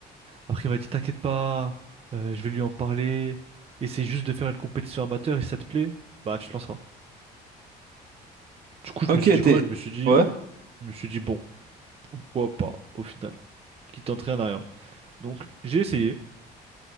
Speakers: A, on the right; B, on the right.
A: Après, il m'a dit, t'inquiète pas, euh, je vais lui en parler. Essaye juste de faire une compétition amateur et si ça te plaît, bah tu te lanceras. Du coup, je
B: Ok,
A: me suis dit
B: t'es.
A: quoi? Je me suis dit,
B: Ouais.
A: je me suis dit, bon, pourquoi pas au final, qui t'entraîne à rien. Donc, j'ai essayé